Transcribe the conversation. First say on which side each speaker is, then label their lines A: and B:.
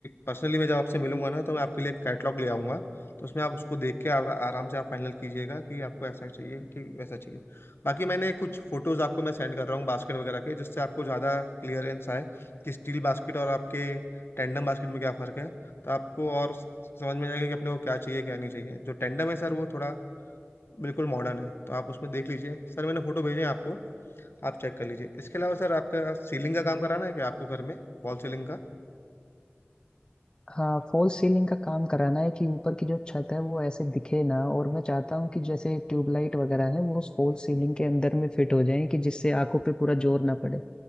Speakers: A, on the left (about 60°); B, on the left (about 20°).
A: पर्सनली मैं जब आपसे मिलूंगा ना तो मैं आपके लिए कैटलॉग ले आऊंगा तो उसमें आप उसको देख के आरा- आराम से आप फाइनल कीजिएगा कि आपको ऐसा चाहिए कि वैसा चाहिए बाकी मैंने कुछ फोटोज आपको मैं सेंड कर रहा हूँ बास्केट वगैरह के जिससे आपको ज़्यादा क्लियरेंस आए कि स्टील बास्केट और आपके टेंडम बास्केट में क्या फ़र्क है तो आपको और स- समझ में जाएगा कि अपने को क्या चाहिए क्या नहीं चाहिए जो टेंडम है सर वो थोड़ा बिल्कुल मॉडर्न है तो आप उसमें देख लीजिए सर मैंने फोटो भेजे हैं आपको आप चेक कर लीजिए इसके अलावा सर आपका सीलिंग का काम कराना है क्या आपको घर में फॉल सीलिंग का
B: हाँ फॉल्स सीलिंग का काम कराना है कि ऊपर की जो छत है वो ऐसे दिखे ना और मैं चाहता हूँ कि जैसे ट्यूबलाइट वगैरह है वो उस फॉल्स सीलिंग के अंदर में फिट हो जाए कि जिससे आंखों पे पूरा जोर ना पड़े